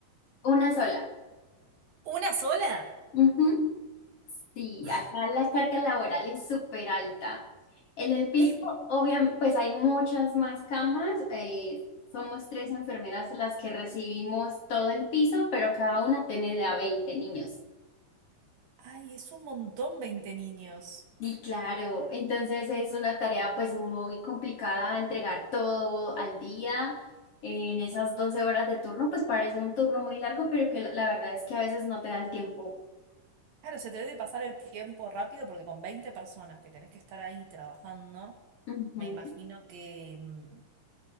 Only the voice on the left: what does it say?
una sola.
Ujú. Sí,
acá la carga laboral es súper alta. En el piso,
obviamente, pues hay muchas más camas. eh, somos tres enfermeras las que recibimos todo el piso, pero cada una tiene de a 20 niños.
Y claro, entonces es una tarea pues muy complicada entregar todo al día. En esas 12 horas de turno, pues parece un turno muy largo, pero que la la verdad es que a veces no te da el tiempo.
Ujú.